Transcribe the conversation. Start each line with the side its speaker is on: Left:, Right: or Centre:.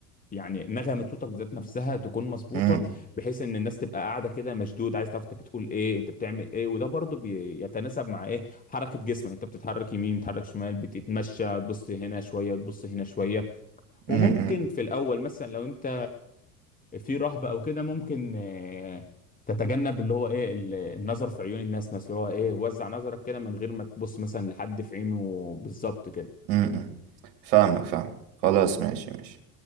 Left: يعني نغمة صوتك ذات نفسها تكون مظبوطة
Right: م-
Left: بحيث ان الناس تبقى قاعده كده مشدود عايز تعرف انت بتقول ايه انت بتعمل ايه وده برضو بيتناسب مع ايه حركه جسمك انت بتتحرك يمين بتتحرك شمال بتتمشى تبص هنا شويه تبص هنا شويه
Right: م-
Left: وممكن
Right: م-
Left: في الاول مثلا لو انت في رهبه او كده ممكن آه، تتجنب اللي هو ايه ال- النظر في عيون الناس مثلا اللي هو ايه وزع نظرك كده من غير ما تبص مثلا لحد في عينه بالظبط كده
Right: م- م- فاهمك فاهم خلاص ماشي ماشي